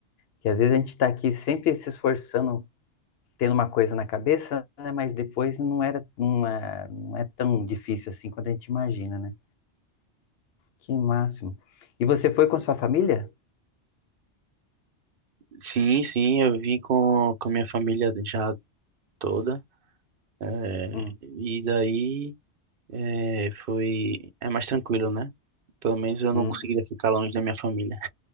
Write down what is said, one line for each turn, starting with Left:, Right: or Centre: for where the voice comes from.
Left: Que às vezes a gente está aqui sempre se esforçando, tendo uma coisa na cabeça, né? Mas depois não era, não é, não é tão difícil assim quanto a gente imagina, né? Que máximo. E você foi com sua família?
Right: Sim, sim, eu vim com, com a minha família já toda. é,
Left: Hum,
Right: e daí é, foi... É mais tranquilo, né? Pelo menos eu
Left: hum.
Right: não conseguiria ficar longe da minha família.